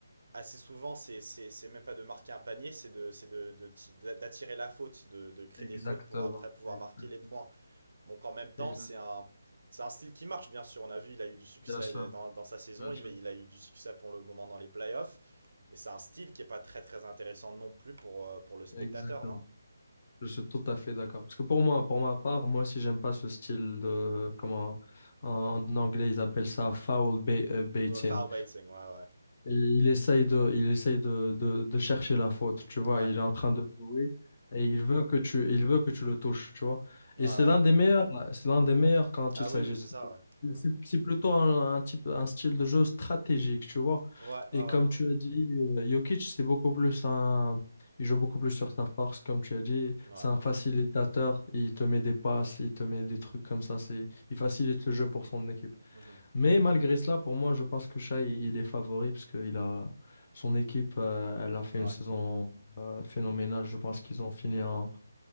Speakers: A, on the right; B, on the left.
A: assez souvent, c'est, c'est, c'est même pas de marquer un panier, c'est d'attirer de, c'est de, de d'attirer la faute, de, de créer
B: exactement,
A: des fautes pour après pouvoir
B: exactement.
A: marquer les points. Donc en même temps,
B: Exact.
A: c'est un, c'est un style qui marche, bien sûr. On a vu, il a eu du succès
B: Bien sûr.
A: euh, dans, dans sa saison,
B: Ouais,
A: il,
B: je-
A: il a eu du succès pour le moment dans les playoffs. Mais c'est un style qui est pas très très intéressant non plus pour, euh, pour le spectateur,
B: Exactement.
A: non
B: Je suis tout à fait d'accord. Parce que pour moi, pour ma part, moi aussi, j'aime pas ce style de, comment, en, en anglais, ils appellent ça foul ba- euh, baiting.
A: Ouais, Foul pacing, ouais, ouais.
B: Et il essaye de, il essaye de, de, de chercher la faute, tu vois.
A: Ouais,
B: Il est en train de jouer et il veut que tu, il veut que tu le touches, tu vois.
A: ouais,
B: Et
A: ouais.
B: c'est l'un des meilleurs, c'est l'un des meilleurs quand
A: Ah
B: il s'agit.
A: oui, oui, c'est ça,
B: de-
A: ouais. Mhm.
B: C'est c'est plutôt un, un type, un style de jeu stratégique, tu vois.
A: Ouais,
B: Et
A: ouais,
B: comme
A: ouais.
B: tu as dit, euh, Jokic, c'est beaucoup plus un, il joue beaucoup plus sur sa force, comme tu as dit.
A: Ouais.
B: C'est un facilitateur. Il te met des passes, il te met des trucs comme ça. C'est, il facilite le jeu pour son équipe.
A: Mhm.
B: Mais malgré cela, pour moi, je pense que Shai, il est favori parce que il a, son équipe, euh, elle a fait
A: Ouais.
B: une saison euh, phénoménale. Je pense qu'ils ont fini en-